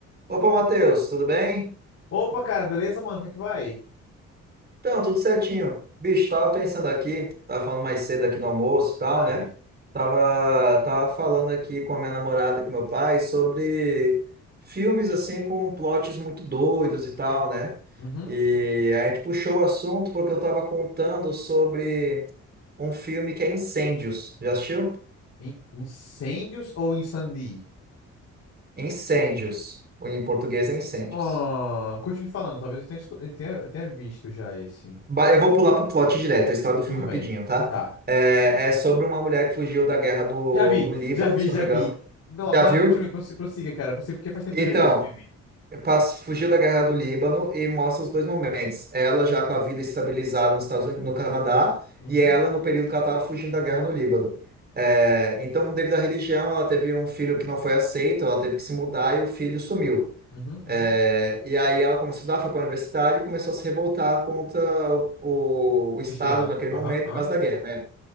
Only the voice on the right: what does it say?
Opa, Matheus, tudo bem?
Então, tudo certinho. Bicho, tava pensando aqui, tava falando mais cedo aqui no almoço e
tal, né? Tava, tava falando aqui com a minha namorada e com meu pai sobre filmes, assim, com plots muito doidos e tal, né?
E a gente puxou o assunto porque eu tava contando sobre um filme que é Incêndios. Já assistiu?
Incêndios. Em português é Incêndios.
Ba- Eu vou pular pro plot direto, a história do filme
rapidinho,
tá?
É, é sobre uma mulher que fugiu da guerra no,
no Líbano,
se
eu não me
engano.
Já
viu?
Então,
passo, fugiu da guerra do Líbano e mostra os dois momentos. Ela já com a vida estabilizada nos Estados Unidos, no Canadá,
e ela no período que ela estava fugindo da guerra no Líbano. É, então, devido à religião, ela teve um filho que não foi aceito, ela teve que se mudar e o filho sumiu.
É, E aí ela começou a estudar, foi para a universidade e começou a se revoltar contra o, o- o
Estado naquele
momento,
por causa da guerra, né?